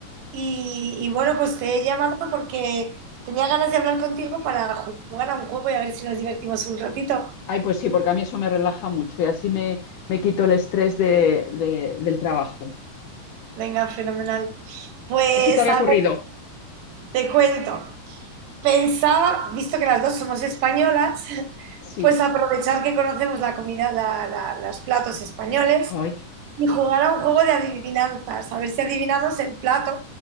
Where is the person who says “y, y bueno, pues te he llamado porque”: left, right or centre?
Right